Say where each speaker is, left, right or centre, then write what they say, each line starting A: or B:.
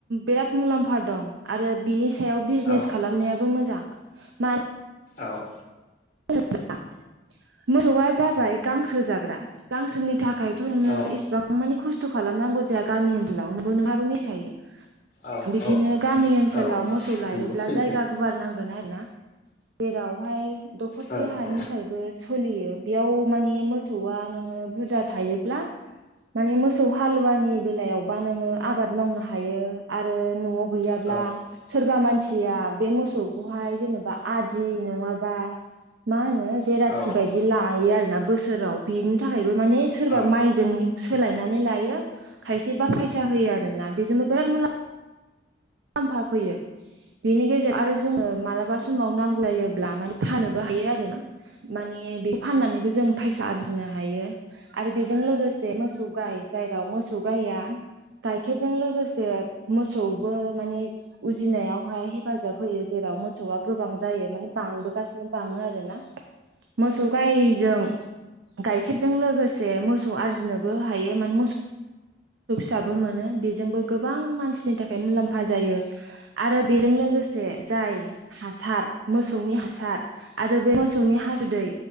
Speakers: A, on the right; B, on the left.
A: बिराद मुलाम्फा दं आरो बिनि सायाव बिजनेस
B: औ
A: खालामनायाबो मोजां मानो
B: औ
A: <unintelligible> मोसौआ जाबाय गांसो जाग्रा गांसोनि था खायथ' नोङो
B: औ
A: इसेबां मानि खस्थ' खालामनांगौ जाया गामि ओनसोलाव <unintelligible>
B: औ
A: बिदिनो
B: औ
A: गामि ओनसोलाव
B: औ
A: मोसौ लायोब्ला
B: नंगौ सैथो
A: जायगा गुवार नांगोन आरो ना जेरावहाय दखरसे
B: औ
A: हानि
B: औ
A: थाखायबो सलियो बेयाव माने मोसौआ नोङो बुरजा थायोब्ला माने मोसौ हालुवानि बेलायावबा नोङो आबाद मावनो हायो आरो न'आव गैयाब्ला
B: औ
A: सोरबा मान सिया बे मोसौखौहाय जेनेबा आदि नङाबा मा होनो जेराथि
B: औ
A: बायदि लायो आरोना बोसोराव बिनि थाखायबो माने सोरबा
B: औ औ
A: माइजों सोलायनानै लायो खायसेबा फैसा होयो आरोना बेजोंबो बिराद मुलाम लाम्फा फैयो बेनि गेजेर आरो जोङो माला माबा समाव नांगौ जायोब्ला मान फानोबो हायो आरो ना माने बे फाननानैबो जों फायसा आरजिनो हायो आरो बेजों लोगोसे मोसौ गाय जायेराव मोसौ गाया गाइखेरजों लोगोसे मोसौबो माने उजिनायावहाय हेफाजाब होयो जेराव मोसौआ गोबां जायो माने बांबोगासिनो बां आरोना मोसौ गायजों गायखेरजों लोगोसे मोसौ आरजिनोबो हायो माने मोसौ दाबो मोनो बेजोंबो गोबां मानसिनि थाखाय मुलाम्फा जायो आरो। बेजों लोगोसे जाय हासार मोसौनि हासार आरो बे मोसौनि हासुदै